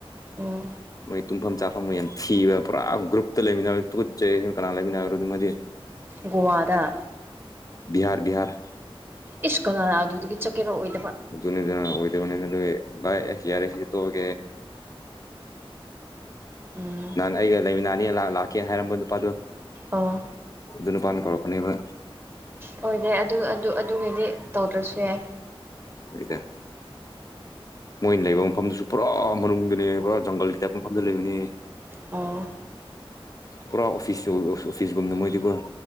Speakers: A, on the right; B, on the left.
A: ꯑꯣ
B: ꯃꯣꯏ ꯇꯨꯝꯐꯝ ꯆꯥꯐꯝꯒ ꯌꯥꯝ ꯊꯤꯕ ꯄꯨꯔꯥ ꯒ꯭ꯔꯨꯞꯇ ꯂꯩꯃꯤꯟꯅ ꯇꯨꯠꯆꯩ ꯀꯅꯥ ꯂꯩꯃꯤꯟꯅꯈ꯭ꯔꯗꯤꯗꯤ
A: ꯒꯣꯋꯥꯗ
B: ꯕꯤꯍꯥꯔ ꯕꯤꯍꯥꯔ
A: ꯏꯁ ꯀꯅꯥꯅ ꯑꯗꯨꯗꯒꯤ ꯆꯠꯀꯦꯔꯣ ꯑꯩ
B: UNINTELLIGIBLE UNINTELLIGIBLE
A: ꯎꯝ
B: ꯅꯍꯥꯟ ꯑꯩꯒ ꯂꯩꯃꯤꯅꯥꯅꯤ ꯂꯥꯛ ꯂꯥꯛꯀꯦ ꯍꯥꯏꯔꯝꯕ ꯅꯨꯄꯥꯗꯨ
A: ꯑꯣ
B: ꯑꯗꯨ ꯅꯨꯄꯥꯅ ꯀꯧꯔꯛꯄꯅꯦꯕ
A: ꯍꯣꯏꯗ ꯑꯗꯨ ꯑꯗꯨ ꯑꯗꯨꯒꯤꯗꯤ ꯇꯧꯗ꯭ꯔꯁꯨ ꯌꯥꯏ
B: INAUDIBLE ꯃꯣꯏꯅ ꯂꯩꯕ ꯃꯐꯝꯗꯨꯁꯨ ꯄꯨꯔꯥ ꯃꯅꯨꯡꯗꯅꯦ ꯄꯨꯔꯥ ꯖꯪꯒꯜꯒꯤ ꯇꯥꯏꯞ ꯃꯐꯝꯗ ꯂꯩꯕꯅꯦ
A: ꯑꯣꯑꯣ
B: ꯄꯨꯔꯥ ꯑꯣꯐꯤꯁꯁꯨ ꯑꯣꯐꯤꯁꯒꯨꯝꯅ ꯃꯣꯏꯗꯤꯀꯣ